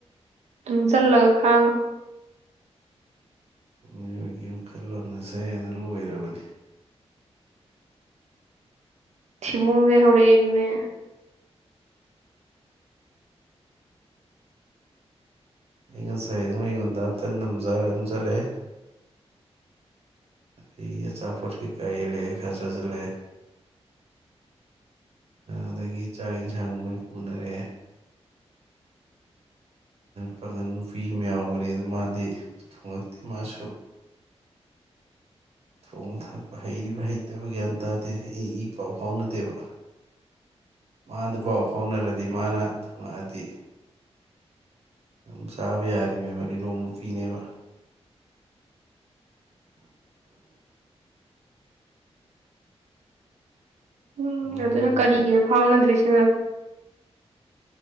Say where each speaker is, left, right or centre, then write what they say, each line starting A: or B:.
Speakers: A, on the right; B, on the right.
A: ꯇꯝ ꯆ ꯂ ꯈꯥꯡꯉ
B: ꯃꯤꯑꯣꯏꯒꯤ ꯋꯥꯈꯜꯂꯣꯟ ꯑꯁꯦ ꯑꯗꯨ ꯂꯣꯏꯔꯕꯅꯤ
A: ꯁꯤꯕꯨꯡꯒꯦ ꯍꯧꯔ ꯏꯅꯤ
B: ꯑꯩ ꯉꯁꯥꯏ ꯑꯗꯨꯝ ꯑꯩꯉꯣꯟꯗ ꯇꯟꯅ ꯑꯗꯨꯝ ꯆꯥꯔ ꯑꯗꯨꯝ ꯆꯠꯂꯛꯑꯦ ꯑꯗꯒꯤ ꯑꯆꯥꯄꯣꯠ ꯀꯩꯀꯥ ꯌꯦꯦꯜꯂꯛꯑꯦ ꯈꯔ ꯆꯥꯁꯤꯜꯂꯦ ꯑꯗꯒꯤ ꯆꯥꯛ ꯌꯦꯟꯁꯥꯡ ꯃꯣꯏ ꯄꯨꯅꯔꯦ ꯄꯥꯉꯟ ꯅꯨꯄꯤ ꯑꯃ ꯌꯥꯎꯕꯅꯤ ꯑꯗꯨ ꯃꯥꯗꯤ ꯊꯣꯡꯉꯛꯇꯦ ꯃꯥꯁꯨ ꯊꯣꯡꯕ ꯊꯥꯛꯄ ꯍꯩꯔꯤꯕ꯭ꯔꯥ ꯍꯩꯇꯕ ꯒ꯭ꯌꯥꯟ ꯇꯥꯗꯦ ꯏ ꯏ ꯄꯥꯎ ꯐꯥꯎꯅꯗꯦꯕ ꯃꯥꯗ ꯄꯥꯎ ꯍꯣꯠꯅꯔꯗꯤ ꯃꯥꯅ ꯊꯣꯂꯛꯑꯗꯤ ꯑꯗꯨꯝ ꯆꯥꯕ ꯌꯥꯔꯤꯃꯦꯕꯗꯤ ꯂꯣꯡꯄꯤꯤꯅꯦꯕ
A: ꯎꯝ
B: ꯋꯥ
A: ꯑꯗꯨꯅ
B: ꯂꯣꯟꯅꯗꯦꯕ
A: ꯀꯔꯤꯒꯤꯅꯣ ꯐꯥꯎꯅꯗ꯭ꯔꯔꯤꯁꯤꯅ